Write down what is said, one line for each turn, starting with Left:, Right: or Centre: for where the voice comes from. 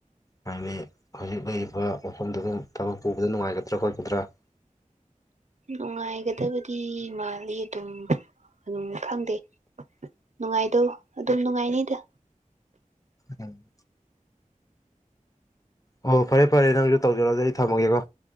Left: ꯍꯥꯏꯗꯤ ꯍꯧꯖꯤꯛ ꯂꯩꯔꯤꯕ ꯃꯐꯝꯗꯨꯗ ꯊꯕꯛ ꯄꯨꯕꯗ ꯅꯨꯡꯉꯥꯏꯒꯗ꯭ꯔꯥ ꯈꯣꯠꯀꯗ꯭ꯔꯥ <inaudible>
Right: ꯅꯨꯡꯉꯥꯏꯒꯗꯕꯗꯤ ꯃꯥꯜꯂꯤ ꯑꯗꯨꯝ ꯑꯗꯨꯝ ꯈꯪꯗꯦ ꯅꯨꯡꯉꯥꯏꯗꯧ ꯑꯗꯨꯝ ꯅꯨꯡꯉꯥꯏꯅꯤꯗ
Left: ꯎꯝ ꯑꯣ ꯐꯔꯦ ꯐꯔꯦ ꯅꯪꯁꯨ ꯇꯧꯖꯔꯣ ꯑꯗꯨꯗꯤ ꯑꯩ ꯊꯝꯃꯒꯦꯀꯣ